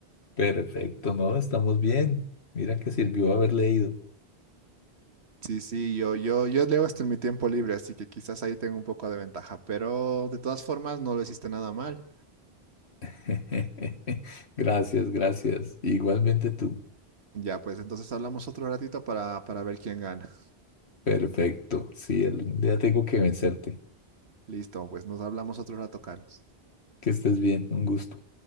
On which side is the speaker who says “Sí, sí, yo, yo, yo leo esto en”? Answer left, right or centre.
Right